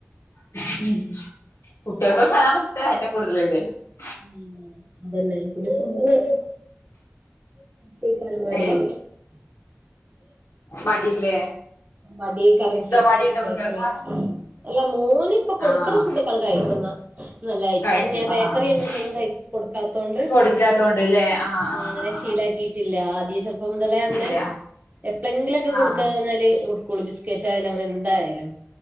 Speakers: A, on the left; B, on the right.
A: <unintelligible>
B: മ്മ് അതന്നെ പിന്നെ ഫുഡ്‌ <unintelligible>
A: ഏ മടില്ലേ
B: മടിയേയ്കാരം
A: ഉണ്ടോ
B: <unintelligible> കുട്ട്യാക്
A: മടിയുണ്ടോ
B: ബേക്കറി
A: കുട്ടികൾക്ക്
B: കയികും എല്ലാ മോന് ഇപ്പൊ കൊട്ക്ക്ണ
A: ആഹ്
B: ഫുഡൊകാള്കയിക്കും <inaudible> നല്ലായിട്ട്
A: കഴിക്കും
B: കാരണം ഞാൻ ബേക്കറി
A: ആഹ് ആഹ്
B: അങ്ങനിങ്ങനൊന്നും കയ് കൊടുക്കാത്തോണ്ട്
A: കൊടുക്കാത്തോണ്ട്ല്ലേ ആഹ്
B: ആ
A: ആഹ്
B: അങ്ങനെ
A: ആഹ്
B: ശീലാക്കീട്ടില്ല ചെറ്പ്പം മുതലേ അങ്ങനെ
A: ഇല്ല
B: എപ്പളെങ്കിലൊക്കെ
A: ആഹ് ആഹ്
B: കൊടുക്കാഞാല് കൊടുക്കുള്ളൂ ബിസാകേറ്റായാലും അങ്ങനെ എന്തായാലും